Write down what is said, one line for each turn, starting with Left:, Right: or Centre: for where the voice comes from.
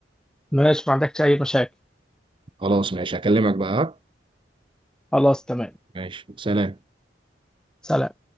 Centre: ماشي ما عندكش اي مشاكل
Right: خلاص ماشي هكلمك بقى ها؟
Centre: خلاص تمام
Right: ماشي سلام
Centre: سلام